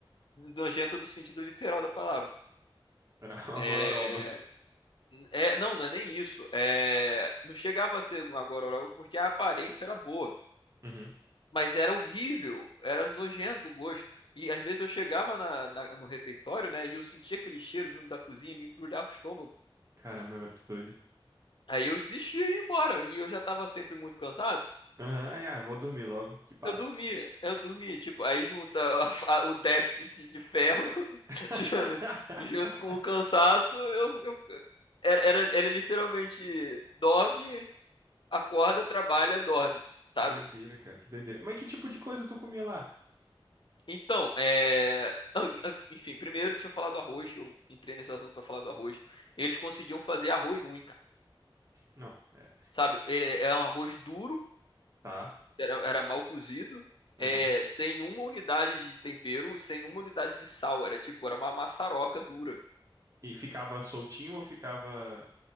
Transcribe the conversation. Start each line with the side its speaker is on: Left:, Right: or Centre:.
Left: nojenta do sentido literal da palavra.
Right: Era <laughs> uma
Left: É,
Right: gororoba.
Left: É, não, não é nem isso. É, não chegava a ser uma gororoba porque a aparência era boa,
Right: Uhum.
Left: mas era horrível, era nojento o gosto. E às vezes eu chegava na, na- no refeitório, né, e eu sentia aquele cheiro vindo da cozinha, me embrulhava o estômago.
Right: Caramba, velho, que doido.
Left: Aí eu desistia e ia embora, e eu já estava sempre muito cansado.
Right: Aham. Ai, ah, vou dormir logo, que passa.
Left: Eu dormia, eu dormia, tipo, aí junta <laughs> a fa- o déficit de, de ferro
Right: <laughs>
Left: <laughs> ju- junto com o cansaço, eu, eu- era, era, era literalmente dorme, acorda, trabalha, dorme sabe?
Right: Que doideira, cara, que doideira. Mas que tipo de coisa tu comia lá?
Left: Então, é... <laughs> enfim, primeiro deixa eu falar do arroz. Eu entrei nesse assunto para falar do arroz. Eles conseguiam fazer arroz ruim, cara.
Right: Não, é,
Left: Sabe? Ele é é um arroz duro,
Right: tá.
Left: era, era mal cozido,
Right: Aham.
Left: é, sem uma unidade de tempero, sem uma unidade de sal. Era tipo, era uma maçaroca dura.
Right: E ficava soltinho ou ficava